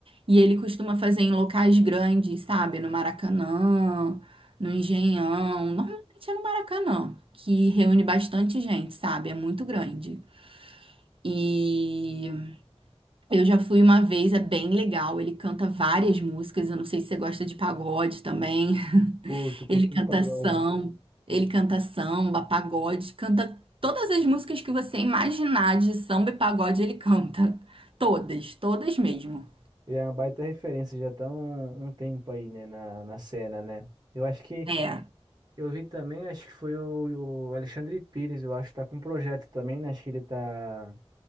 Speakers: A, on the right (about 60°); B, on the right (about 40°).
A: e ele costuma fazer em locais grandes, sabe? No Maracanã, no Engenhão, normalmente é no Maracanã, que reúne bastante gente, sabe? É muito grande. E Eu já fui uma vez, é bem legal. Ele canta várias músicas. Eu não sei se você gosta de pagode também. <laughs>
B: Curto, curto
A: Ele canta
B: um pagode.
A: samba, ele canta samba, pagode, canta todas as músicas que você imaginar de samba e pagode, ele canta. Todas, todas mesmo.
B: Ele é uma baita referência, já tá um, um tempo aí, né, na, na cena, né? Eu acho que
A: É.
B: eu vi também, acho que foi o, o Alexandre Pires, eu acho que tá com um projeto também, né? Acho que ele tá,